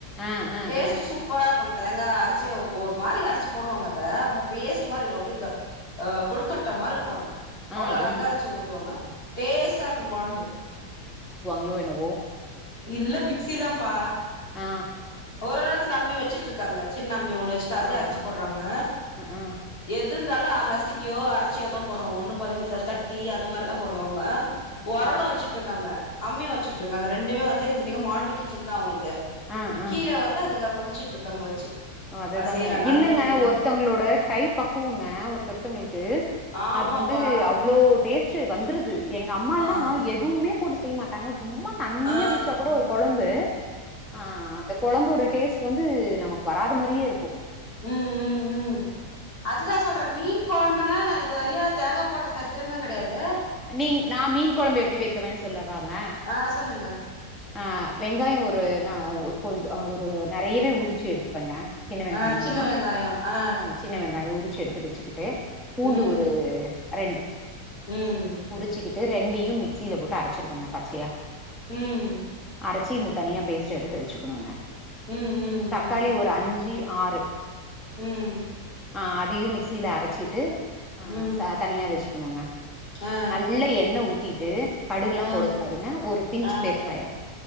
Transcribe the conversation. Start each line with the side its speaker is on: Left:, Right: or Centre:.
Centre: ஆ ஆ
Left: டேஸ்ட்
Centre: ஆ
Left: சூப்பரா இருக்கு தேங்கா அரிச்சி ஒரு மாதிரி அரைச்சி போடுவாங்க
Centre: ஆ
Left: அத நம்ம பேஸ்ட்
Centre: ஆ
Left: மாதிரி இருக்கு அப்டி கொழுக்கட்ட மாதிரி இருக்கு அது
Centre: ஆ
Left: அவ்ளோ அழகா
Centre: ஆ ஆ
Left: அரைச்சு ஊத்துவாங்க டேஸ்ட்டா இருக்கு கொழம்பு
Centre: டோ என்னவோ
Left: இல்ல மிக்சி தான்ப்பா
Centre: ஆ
Left: ஒரு நேரத்தி அம்மி வச்சிடட்டுருக்காங்க சின்ன அம்மி ஒன்னு வச்சுட்டு
Centre: ஆ
Left: அதலே
Centre: ஆ
Left: அரச்சி
Centre: ஆ
Left: போடுறாங்க
Centre: ஆ ஆ
Left: எது இருந்தாலு நசுிக்கியோ அரைச்சியோ தா போடுவாங்க ஒன்னு பதி தட்டி அந்த மாதிரிதா போடுவாங்க
Centre: ம்
Left: உரளு
Centre: ம்
Left: வச்சுட்டு இருக்காங்க அம்மி வச்சுட்டு இருக்காங்க ரெண்டுமே வநது மாடல் கிச்சன் தா அவங்களுக்கு
Centre: ஆ ஆ
Left: கீழவந்து அதுக்கு புதைச்சிட்டு இருக்காங்க வச்சு
Centre: அதுதாங்க
Left: அது செய்றாங்க அதுலயு
Centre: இல்லங்க
Left: செய்றாங்க
Centre: ஒரு த்தவங்களோட கை பக்குவங்க ஒருத்தொத்தங்களுக்கு
Left: ஆமாப்பா
Centre: அது வந்து அவ் இவ்ளோ டேஸ்ட் வந்துருது எங்க அம்மா எல்லா
Left: ஆ
Centre: எதுவுமே போட்டு செய்ய மாட்டாங்க சும்மா தண்ணியா
Left: ஆ
Centre: வச்சா கூட ஒரு கொழம்பு ஆ அந்த கொழம்போட டேஸ்ட் இது வந்து நமக்கு வராத மாதிரியே இருக்கும்
Left: ம் ம் ம் அதுதா சொல்றே மீன் கொழம்புல்லா நா இது வரைய தேங்கா போட்ட சரித்திரமே கிடையாது
Centre: நீங் நா மீன் கொழம்பு எப்டி வைக்கவேன்னு சொல்ல வாங்க
Left: ஆ சொல்லுங்க
Centre: ஆ வெங்காயோ ஒரு நா கொஞ்சோ ஒரு நிறையவே உரிச்சு எடுத்துப்பேங்க சின்ன வெங்காயோந்தா
Left: ஆ சின்ன வெங்காய ஆ
Centre: சின்ன வெங்காயோ உரிச்சு எடுத்து வச்சுக்கிட்டு பூண்டு
Left: ம்
Centre: ஒரு ரெண்டு
Left: ம்
Centre: உறிச்சிக்கிட்டு ரெண்டையு மிக்சியில போட்டு அரைச்சிருவங்க பச்சையா
Left: ம்
Centre: அரச்சி இந்த தனியா பேஸ்ட்ட எடுத்து வச்சுக்கணுங்க
Left: ம் ம்
Centre: தக்காளி ஒரு அஞ்சு ஆறு
Left: ம்
Centre: ஆ அதையு மிக்சியில அரைச்சிட்டு ஆ
Left: ம்
Centre: ச தனியா வச்சுக்கணுங்க
Left: ஆ
Centre: நல்லா எண்ணெ ஊத்திட்டு கடுகுலா
Left: ஆ
Centre: போடக்கூடாதுங்க ஒரு பிஞ்ச்
Left: ஆ ஆ
Centre: பெருங்காயோ